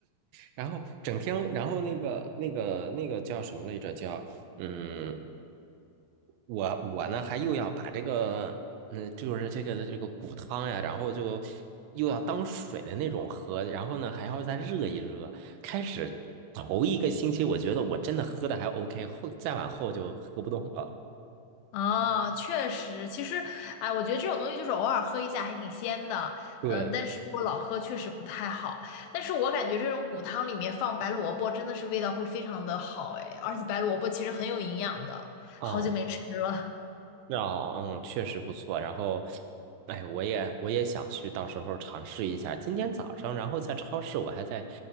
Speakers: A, on the right (about 80°); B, on the left (about 80°).
A: 然后整天，然后那个那个那个叫什么来着？叫嗯，我我呢还又要把这个嗯，就是这个这个骨汤呀，然后就又要当水的那种喝，然后呢还要再热一热。开始头一个星期，我觉得我真的喝的还 OK，后再往后就喝不动了。
B: 啊。确实，其实，哎，我觉得这种东西就是偶尔喝一下还挺鲜的，
A: 对。
B: 嗯，但是如果老喝确实不太好。但是我感觉这种骨汤里面放白萝卜真的是味道会非常的好，哎，而且白萝卜其实很有营养的，
A: 啊，
B: 好久没吃了。
A: 啊，嗯，确实不错。然后，哎，我也我也想去，到时候尝试一下。今天早上，然后在超市，我还在